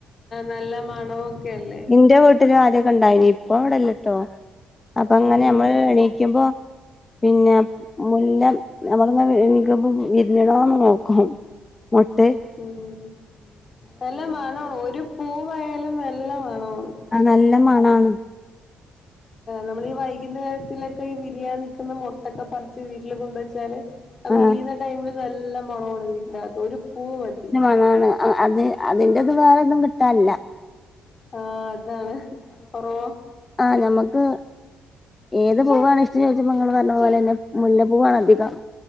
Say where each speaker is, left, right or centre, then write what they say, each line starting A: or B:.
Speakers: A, on the left (about 40°); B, on the left (about 25°).
A: നല്ല മണോക്കല്ലേ
B: ന്റെ വീട്ടില് ആദ്യൊക്കെ ഉണ്ടായീനി ഇപ്പ ഇവിടെല്ലട്ടോ അപ്പൊ അങ്ങനെ
A: ഉം
B: അമ്മള്
A: ഉം
B: എണീക്കുമ്പോ പിന്നെ മുല്ല നമ്മൾ എണീ ക്കുമ്പോൾ വിരിഞ്ഞുണോന്ന്‌നോക്കും മൊട്ടേ
A: ഉം നല്ല മണാ ഒരു പൂവായാലും നല്ല മണോണ്
B: ആഹ് നല്ല മണാണ്
A: നമ്മളീ വൈകുന്നേരത്തിലൊക്കെ ഈ വിരിയാൻ നിക്കുന്ന മൊട്ടൊ ക്കെ പറിച്ച് വീട്ടില് കൊണ്ടുവെച്ചാല് അത്
B: ആ
A: വിരിയുന്ന ടൈമില് നല്ല മണോണ് വീട്ടിന്റെഅകത്ത് ഒരു പൂവ് മതി
B: അതാണ് ആഹ് അത് അതിന്റെത് വേറൊന്നും കിട്ടാനില്ല
A: ആഹ് അതാണ് കൊറോ
B: ആഹ് നമുക്ക് ഏത് പൂവാണ് ഇഷ്ടംന്ന്‌ ചോദിച്ചപ്പൊ നിങ്ങള് പറഞ്ഞതു പോലെ തന്നെ മുല്ല പൂവാണ് അധികം